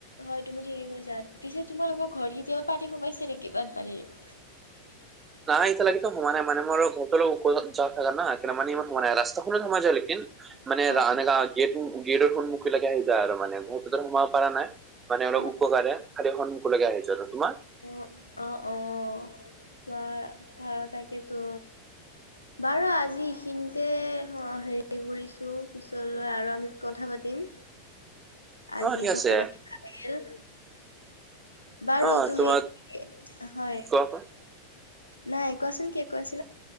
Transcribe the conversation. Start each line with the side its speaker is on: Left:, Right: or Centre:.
Left: হয় তুমি ঠিকে কৈছা। পিছে তোমালোকৰ ঘৰত কেতিয়া পানী সোমাইছে নেকি বানপানীৰ?
Right: নাই এতিয়া লগে ত সোমোৱা নাই মানে মোৰ ঘৰটো অলপ ওখ জা জানা মানে ইমান সোমোৱা নাই। ৰাস্তাখনত অকণ সোমাই যায় লেকিন। মানে
Left: অ
Right: এনেকা গেত গেটৰ সন্মুখৰলৈকে আহি যায় আৰু মানে ঘৰৰ ভিতৰত সোমাব পৰা নাই। মানে অলপ
Left: অ
Right: ওখ কাৰণে খালি সন্মুখৰলৈকে আহিছে আৰু। তোমাৰ?
Left: অঁ অঁ অঁ ভাল ভাল থাকেতো বাৰু আজি এইখিনিতে, অঁ হেৰি- কৰিছো পিছলৈ আৰু আমি কথা পাতিম। আজি
Right: অ ঠিক আছে
Left: কথা পাতি- ভাল লাগিল। বাৰু
Right: অ
Left: তুমি,
Right: তোমাক
Left: এ হয়।
Right: কোৱা কোৱা
Left: নাই কোৱাচোন কি কৈছিলা?